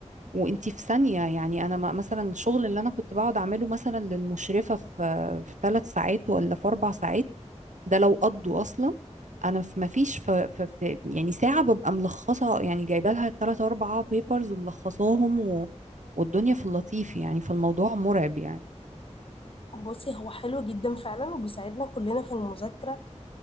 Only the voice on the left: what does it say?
بصي هو حلو جدا فعلا وبيساعدنا كلنا في المذاكره